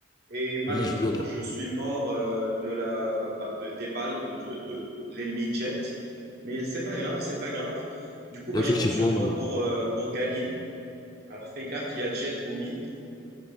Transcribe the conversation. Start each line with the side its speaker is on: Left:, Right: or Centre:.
Right: et malheureusement,
Left: Oui, je viens de...
Right: je suis mort euh, de la, bah, de- des balles de, de- de l'ennemi Jet. Mais c'est pas grave, c'est pas grave. Du coup, bah,
Left: Effectivement,
Right: je compte sur toi
Left: bon,
Right: pour, euh, pour gagner. Alors, fais gaffe, il y a Jet au mid.